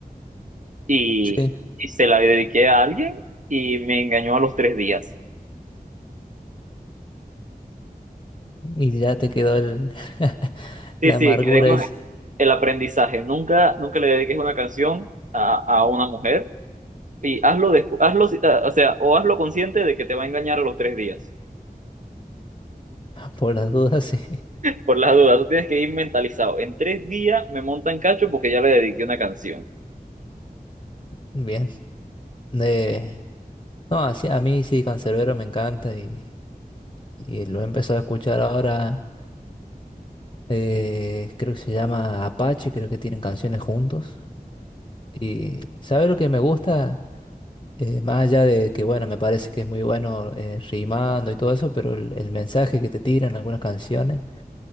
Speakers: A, on the right (about 55°); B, on the left (about 30°).
A: y,
B: sí.
A: y se la dediqué a alguien y me engañó a los tres días.
B: Y ya te quedó el, <laughs>
A: Sí,
B: la
A: sí,
B: amargura
A: quedé con
B: es
A: el aprendizaje. Nunca, nunca le dediques una canción a, a una mujer y hazlo despu- hazlo, si- ah, o sea, o hazlo consciente de que te va a engañar a los tres días.
B: por las dudas, <laughs> sí.
A: Por las dudas, tú tienes que ir mentalizado. En tres días me monta en cacho porque ya le dediqué una canción.
B: Bien. Eh, No, así, a mí sí, Canserbero me encanta y, y lo he empezado a escuchar ahora. eh, creo que se llama Apache, creo que tienen canciones juntos. Y ¿sabes lo que me gusta? Eh, más allá de que, bueno, me parece que es muy bueno eh, rimando y todo eso, pero el, el mensaje que te tiran algunas canciones,